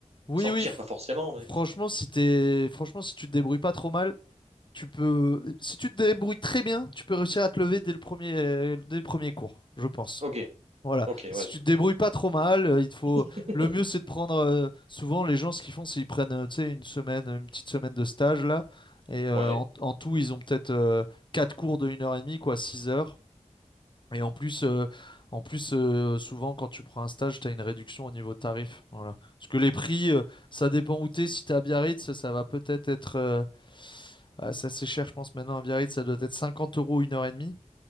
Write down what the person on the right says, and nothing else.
Sortir,
pas forcément, mais.
Ok,
ok,
ouais.
<laughs>
Ouais,